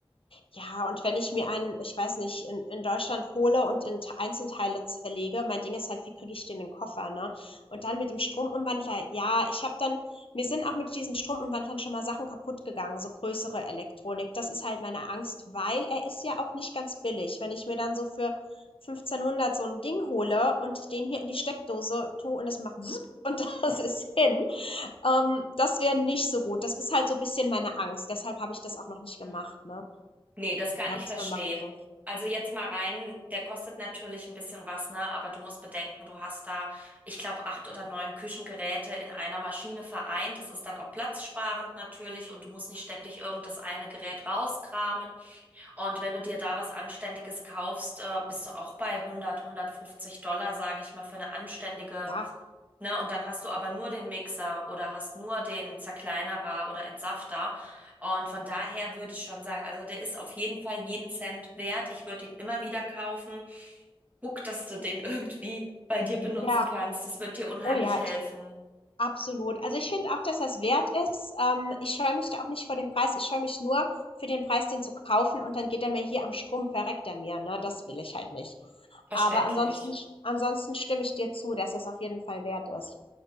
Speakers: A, on the left (about 70°); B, on the right (about 15°).
A: Ja, und wenn ich mir einen, ich weiß nicht, in in Deutschland hole und in T Einzelteile zerlege mein Ding ist halt, wie kriege ich den in den Koffer, ne? Und dann mit dem Stromumwandler, ja, ich habe dann mir sind auch mit diesen Stromumwandlern schon mal Sachen kaputt gegangen so größere Elektronik. Das ist halt meine Angst, weil er ist ja auch nicht ganz billig. Wenn ich mir dann so für 1.500 so ein Ding hole und den hier in die Steckdose tue und es macht „Sup“ und <laughs> das ist hin, ähm, das wäre nicht so gut. Das ist halt so ein bisschen meine Angst. Deshalb habe ich das auch noch nicht gemacht,
B: Hm.
A: ne?
B: Nee, das kann
A: Da
B: ich
A: muss
B: verstehen.
A: man mal gucken.
B: Also jetzt mal rein, der kostet natürlich ein bisschen was, ne? Aber du musst bedenken, du hast da, ich glaube, acht oder neun Küchengeräte in einer Maschine vereint. Das ist dann auch platzsparend natürlich und du musst nicht ständig irgenddas eine Gerät rauskramen. Und wenn du dir da was Anständiges kaufst, äh, bist du auch bei hundert, hundertfünfzig Dollar, sage ich mal, für eine anständige
A: Ja,
B: Ne? Und dann hast du aber nur den Mixer oder hast nur den Zerkleinerer oder Entsafter. Und von daher würde ich schon sagen, also der ist auf jeden Fall jeden Cent wert. Ich würde ihn immer wieder kaufen. Guck, dass du den <laughs> irgendwie bei dir benutzen
A: ja,
B: kannst. Das wird dir unheimlich
A: oh ja,
B: helfen.
A: ich absolut. Also ich finde auch, dass das wert ist. Ähm, ich scheue mich da auch nicht vor dem Preis. Ich scheue mich nur für den Preis, den zu kaufen und dann geht er mir hier am Strom, verreckt er mir, ne? Das will ich halt nicht.
B: Verständlich.
A: Aber ansonsten, ansonsten stimme ich dir zu, dass es auf jeden Fall wert ist.